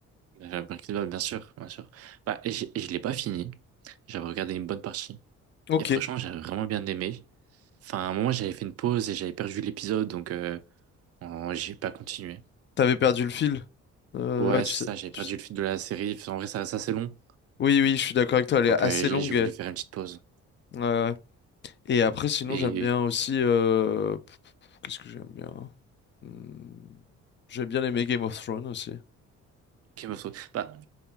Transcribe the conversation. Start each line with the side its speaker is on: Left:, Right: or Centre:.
Right: la Breaking Bad, bien sûr, bien sûr. Bah, et j'ai- et je l'ai pas fini. J'avais regardé une bonne partie.
Left: Ok,
Right: Et franchement, j'avais vraiment bien aimé. Enfin, à un moment, j'avais fait une pause et j'avais perdu l'épisode, donc euh, en- j'ai pas continué.
Left: t'avais perdu le fil. Euh,
Right: Ouais,
Left: ouais, tu
Right: c'est
Left: sais,
Right: ça, j'avais perdu
Left: tu sais-
Right: le fil de la série. Enfin, En vrai, ça, ça c'est long.
Left: Oui, oui, je suis d'accord avec toi, elle
Right: Donc,
Left: est assez
Right: euh, j'ai
Left: longue.
Right: j'ai voulu faire une petite pause.
Left: euh, Et après, sinon,
Right: Et
Left: j'aime bien aussi. euh, pff, Qu'est-ce que j'aime bien? Hmm, J'aime bien les Game of Thrones aussi.
Right: Game of Thrones. Bah,